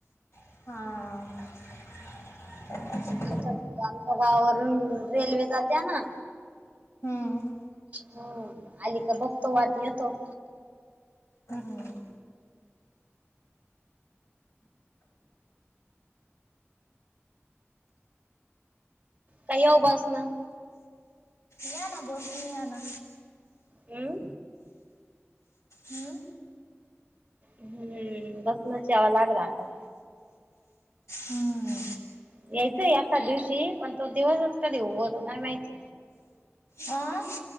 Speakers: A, on the left; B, on the right.
A: हा.
B: आमच्या आमच्या गावावरून रेल्वे जात्या ना
A: हम्म
B: हम्म आली का बघतो, वाट येतो.
A: हम्म ह.
B: नाही हो बसनं.
A: या ना बसनं या ना.
B: अं.
A: अं.
B: हम्म बसनच यावं लागल आता.
A: हम्म.
B: यायचंय एखाद दिवशी, पण तो दिवसच कधी उगवतो काय माहित.
A: आ?